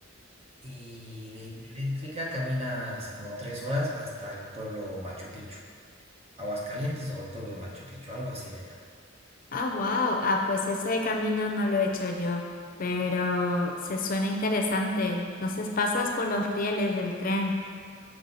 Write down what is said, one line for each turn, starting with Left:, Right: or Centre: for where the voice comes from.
Right: Y de hidroeléctrica caminas como tres horas hasta el pueblo Machu Picchu, Aguascalientes o el pueblo de Machu Picchu, algo así le llaman.
Left: Ah, wow. Ah, pues ese camino no lo he hecho yo, pero se suena interesante. Entonces pasas por los rieles del tren.